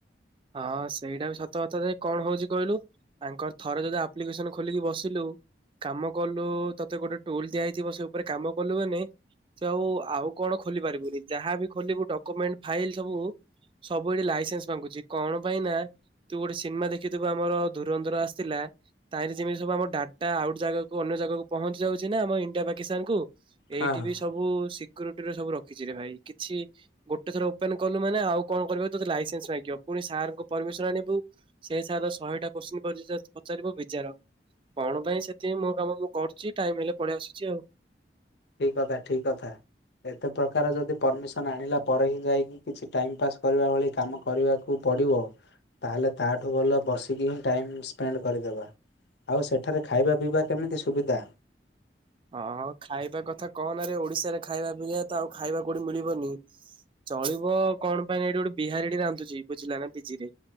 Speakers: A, on the right (about 30°); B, on the left (about 70°).
A: ହଁ ସେଇଟା ବି ସତ କଥା ଯେ କଣ ହଉଛି କହିଲୁ, ଆଙ୍କର ଥରେ ଯଦି ଆପ୍ଲିକେସନ ଖୋଲିକି ବସିଲୁ କାମ କଲୁ ତତେ ଗୋଟେ ଟୁଲ ଦିଆ ହେଇଥିବ ସେ ଉପରେ କାମ କଲୁ ମାନେ ସେ ଆଉ ଆଉ କଣ ଖୋଲି ପାରିବୁନି, ଯାହାବି ଖୋଲିବୁ ଡକୁମେଣ୍ଟ ଫାଇଲ ସବୁ ସବୁ ଏଠି ଲାଇସେନ୍ସ ମାଗୁଚି। କଣ ପାଇଁ ନା ତୁ ଗୋଟେ ସିନେମା ଦେଖିଥିବୁ ଆମର ଧୁରନ୍ଧର ଆସଥିଲା। ତାହେଲେ ଯେମିତି ସବୁ ଆମର ଡା ଟା ଆଉ ଗୋଟେ ଜାଗାକୁୁ ଅନ୍ୟ ଜାଗାକୁ ପହଞ୍ଚି ଯାଉଛି ନା ଆମ ଇଣ୍ଡିଆ ପାକିସ୍ତାନକୁ ଏଇଠି
B: ହଁ ହଁ
A: ବି
B: ହଁ।
A: ସବୁ ସି କୁରିଟିର ସବୁ ରଖିଛି ରେ ଭାଇ କିଛି ଗୋଟେ ଥର ଓପେନ କଲୁ ମାନେ ଆଉ କଣ କରିବ ତତେ ଲାଇସେନ୍ସ ମାଗିବ। ପୁଣି ସାରଙ୍କ ପରମିସନ ଆଣିବୁ ସେ ସାରେ ଶହେଟା କ୍ୱଶ୍ଚିନ ପଚା ପଚାରିବ ବିଯାର। କଣ ପାଇଁ, ସେଥିପାଇଁ ମୋ କାମ ମୁଁ କରୁଛି, ଟାଇମ ହେଲେ ପଳେଇ ଆସୁଛି ଆଉ।
B: ଠିକ କଥା ଠିକ କଥା। ଏତେ ପ୍ରକାର ଯଦି ପରମିସନ ଆଣିଲା ପରେ ହିଁ ଯାଇକି କିଛି ଟାଇମ ପାସ୍ କରିବା ଭଳି କାମ କରିବାକୁ ପଡିବ ତାହାଲେ ତା ଠୁ ଭଲ ବସିକି ହିଁ ଟାଇମ ସ୍ପେଣ୍ଡ କରିଦେବା। ଆଉ ସେଠାରେ ଖାଇବା ପିଇବା କେମିତି ସୁବିଧା?
A: ହଁ ଖାଇବା କଥା କହନାରେ ଓଡିଶାରେ ଖାଇବା ପିଇବା ତ ଆଉ ଖାଇବା କୋଉଠି ମିଳିବନି। ଚଳିବ କଣ ପାଇଁ ଏଇଠି ଗୋଟେ ବିହାରୀଟି ରାନ୍ଧୁଛି ବୁଝିଲା ନା ପିଜି ରେ